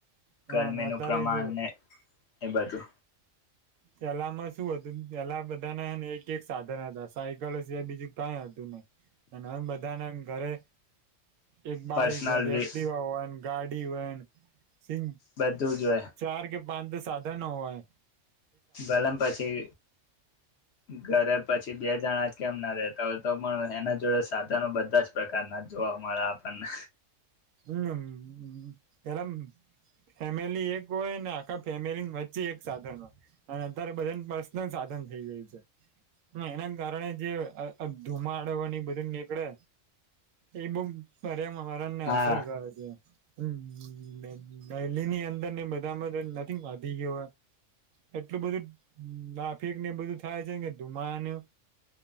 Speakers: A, on the right; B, on the left.
A: હા
B: ગરમીનું
A: ના તારે
B: પ્રમાણ
A: જો
B: ને એ બાજુ
A: પેલામાં શું હતું પેલા બધાના એક એક સાધન હતા સાયકલ એ બીજું કઈ હતું નહ અને બધાને ઘરે એક બાઈક
B: પર્સનલ
A: હોય
B: બી
A: એક્ટિવા હોય ને ગાડી હોયને િ
B: બધું જ હોય
A: ચાર કે પાંચ તો સાધા ના હોવા હૈ
B: ગલમ પછી ઘરે પછી પછી બે જણાજ કેમ ના રતા હોય તો પણ એના જોડે સાધનો બધા જ પ્રકારના જોવા મળ્યા આપણને
A: હમ પેલા ફેમિલી એક હોય ને આખા ફેમિલી વચ્ચે એક સાધન હોય અને અત્યારે બધા પર્સનલ સાધન થઈ ગયું છે હ એના કારણે જે ધુમાડની બધી નીકળે એ બ અમાને
B: હા
A: હ દેહી ની અંદર ને બધામાંધા નથી વધી ગયો એટલું બધું નાફિકને બધું થાય છેને કે ધુમાનું